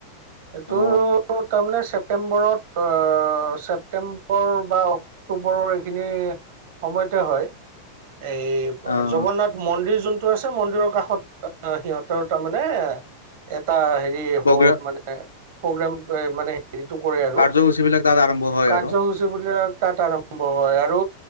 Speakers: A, on the right (about 55°); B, on the left (about 75°).
A: এইটো
B: অ
A: তাৰমানে ছেপ- প্টেম্বৰত অহ ছেপটেম্বৰ বা অক্টোবৰৰ এইখিনি সময়তে হয় এইব-
B: আহ
A: জগন্নাথ মন্দিৰ যোনটো আছে মন্দিৰৰ কাষত আহ সিহঁতৰ তাৰ মানে এটা হেৰি
B: প্ৰগ্ৰেম
A: হ মানে প্ৰগ্ৰাম মানে হেৰিটো কৰে আৰু,
B: কাৰ্যসূচীবিলাক তাত আৰম্ভ হয়
A: কাৰ্যসূচী
B: আৰু
A: বুলি তাত আৰম্ভ হয় আৰু